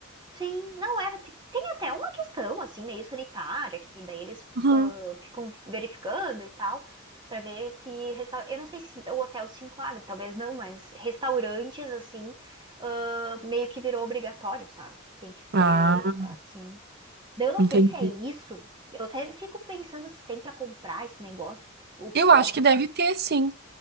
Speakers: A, on the right (about 20°); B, on the right (about 50°).
A: sim, não era. Tem tem até uma questão, assim, meio sanitária, que daí eles
B: Uhum.
A: ah, ficam verificando e tal, pra ver se. Resta... Eu não sei se o hotel se enquadra, talvez não, mas restaurantes, assim, ah, meio que virou obrigatório, sabe? Tem que ser,
B: Ah,
A: assim, daí Eu não
B: entendi.
A: sei se é isso. Eu até fico pensando se tem pra comprar esse negócio, o
B: Eu
A: pó.
B: acho que deve ter, sim.